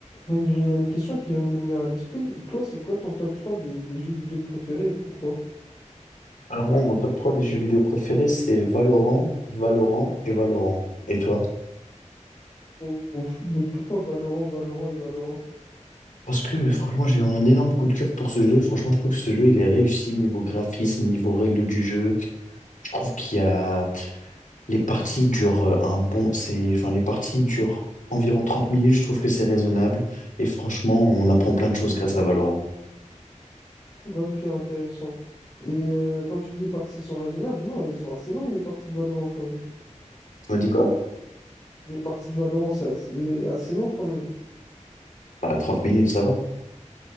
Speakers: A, on the left; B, on the left.
A: Mais j'ai une question qui vient de me venir à l'esprit. Toi, c'est quoi ton top 3 des, des jeux vidéo préférés et pourquoi?
B: Alors moi, mon top 3 des jeux vidéo préférés, c'est Valorant, Valorant et Valorant. Et toi?
A: Ou- ou f- Mais pourquoi Valorant, Valorant et Valorant?
B: Parce que franchement, j'ai eu un énorme coup de cœur pour ce jeu. Franchement, je trouve que ce jeu, il est réussi niveau graphisme, niveau règles du jeu. Je trouve qu'il y a... Les parties durent euh, un bon... C'est... Enfin, les parties durent environ 30 minutes. Je trouve que c'est raisonnable. Et franchement, on apprend plein de choses grâce à Valorant.
A: Ok, intéressant. Et euh, quand tu dis les parties sont raisonnables, non, elles sont assez longues les parties de Valorant quand même.
B: Tu me dis quoi?
A: Les parties de Valorant, c'est assez, assez long quand même.
B: Bah, 30 minutes, ça va.